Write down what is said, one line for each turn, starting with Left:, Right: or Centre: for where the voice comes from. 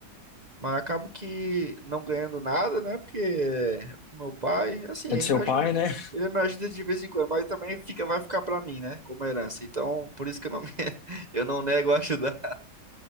Right: Mas acabo que não ganhando nada, né? Porque é pro meu pai, assim,
Left: É
Right: ele
Left: do seu
Right: me ajuda,
Left: pai, né? <laughs>
Right: ele me ajuda de vez em quando, mas também fica, vai ficar pra mim, né? Como herança. Então, por isso que eu não, <laughs> eu não nego a ajudar.